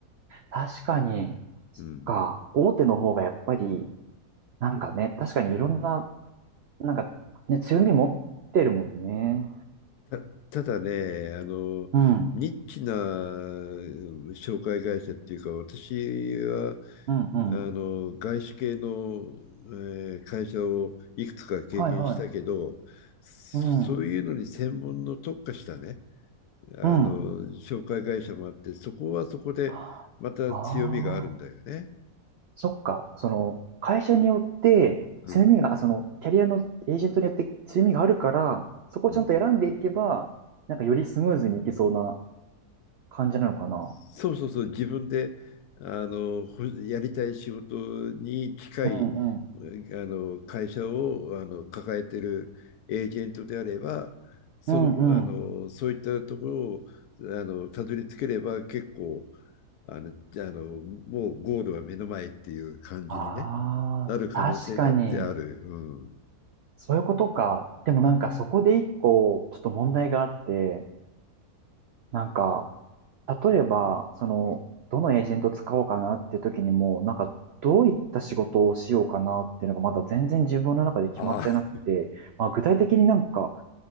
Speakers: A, on the right; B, on the left.
A: 確かに、
B: うん。
A: か、大手の方がやっぱり、なんかね、確かにいろんな、なんかね、強み持ってるもんね。
B: た、ただね、あの、
A: うん、
B: ニッチなうん紹介会社っていうか、私は
A: うんうん。
B: あの外資系の、えー会社をいくつか経験したけど、
A: はいはい。
B: そそういうのに専門の特化したね、
A: うん、
B: あの紹介会社もあって、
A: うん。
B: そこはそこでまた強みがあるんだよね。
A: ああー、そっか。その、会社によって、
B: うん、
A: 強みが、その、キャリアのエージェントによって強みがあるから、そこをちゃんと選んでいけば、
B: うん
A: なんかよりスムーズにいけそうな感じなのかな。
B: そうそうそう、自分であのほやりたい仕事に近い
A: うんうん。
B: えあの会社をあの抱えてるエージェントであれば、その、
A: うんうん。
B: あのそういったところをあのたどり着ければ結構あのあのもうゴールは目の前っていう感じにね、
A: ああ、
B: なる可能性だってある。
A: 確かに。
B: うん、
A: そういうことか。でもなんかそこで一個、ちょっと問題があって、なんか、例えば、その、どのエージェント使おうかなって時にも、なんか、どういった仕事をしようかなっていうのがまだ全然自分の中で決まってなくて、
B: あ
A: まあ、具体的になんか、